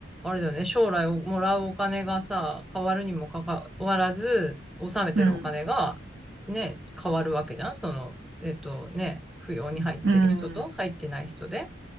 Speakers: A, in the centre; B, on the right.
A: あれだよね。将来をもらうお金がさ、変わるにもかかわらず、納めてるお金が
B: うん。
A: ね、変わるわけじゃん。その、えっとね、扶養に入ってる人と入ってない人で。
B: うん。